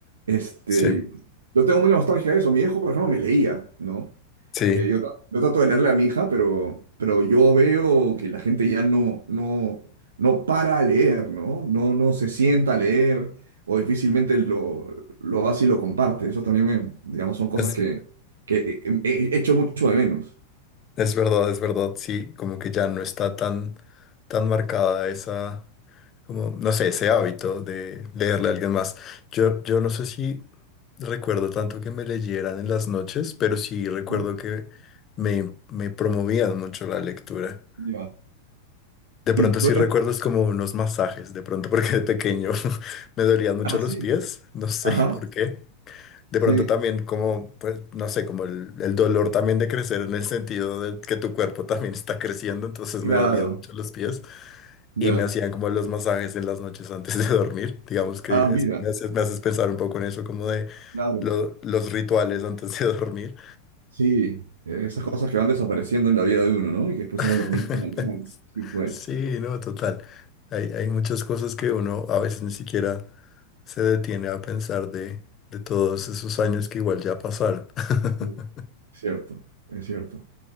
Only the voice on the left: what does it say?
Sí,
sí,
es,
es verdad, es verdad. Sí, como que ya no está tan, tan marcada esa, como, no sé, ese hábito de leerle a alguien más. Yo, yo no sé si recuerdo tanto que me leyeran en las noches, pero sí recuerdo
que me, me promovían mucho la lectura.
De pronto
sí recuerdo
es como unos masajes, de pronto porque de pequeño <laughs> me dolían mucho
los
pies, no sé
por qué. De
pronto también como, pues, no sé, como el, el dolor también de crecer en el sentido de que tu cuerpo también está creciendo, entonces
me dolían mucho los pies
y me hacían como los masajes en las noches antes de dormir. Digamos que
es-
me haces, me haces pensar un poco en eso, como de
lo- los rituales antes de dormir.
<laughs>
Sí, no, total. Hay, hay muchas cosas que uno a veces ni siquiera se detiene a pensar de, de todos esos años que igual ya pasaron. <laughs>